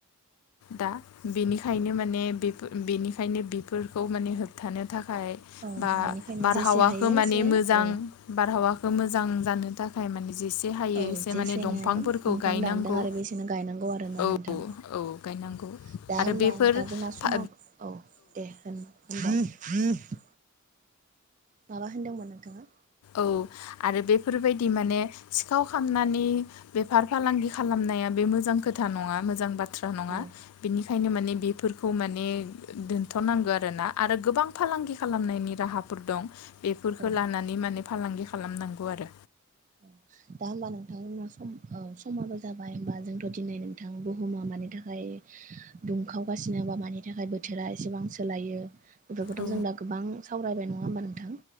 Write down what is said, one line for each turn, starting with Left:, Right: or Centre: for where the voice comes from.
Left: दा बेनिखायनो माने बेनिखायनो बेफोरखौ माने होबथानो थाखाय
Right: औ
Left: बा
Right: बेनिखायनो
Left: बारहावाखौ
Right: जेसे हायो
Left: माने
Right: एसे
Left: मोजां
Right: औ
Left: आबहावाखौ मोजां जानो थाखाय माने जेसे हायो
Right: औ
Left: एसे
Right: जेसेनो
Left: माने दंफांफोरखौ
Right: दंफां
Left: गायनांगौ
Right: दानदों आरो बेसेनो गायनांगौ आरोना
Left: औ
Right: नोंथां औ
Left: गायनांगौ
Right: दा
Left: आरो
Right: होमबा
Left: बेफोर
Right: नोंथांजोंना समा
Left: फा
Right: औ दे होन होनबा। माबा होनदोंमोन नोंथाङा।
Left: औ आरो बेफोरबायदि माने सिखाव खामनानै बेफार फालांगि खालामनाया बे मोजां खोथा नङा मोजां बा थ्रा
Right: औ
Left: नङा
Right: औ
Left: बिनिखायनो माने बेफोर खौ माने दोनथ'नांगौ आरो ना आरो गोबां फालांगि खालामनायनि राहाफोर दं। बेफोरखौ
Right: औ
Left: लानानै माने फालांगि खालामनांगौ आरो।
Right: औ दा होनबा नोंथां सम ओ समाबो जाबाय होनबा जोंथ' दिनै नोंथां बुहुमा मानि थाखाय दुंखावगासिनो बा मानि थाखाय बोथोरा एसेबां सोलायो बेफोरखौथ'
Left: औ
Right: जों दा गोबां सावरायबाय नङा होमबा नोंथां?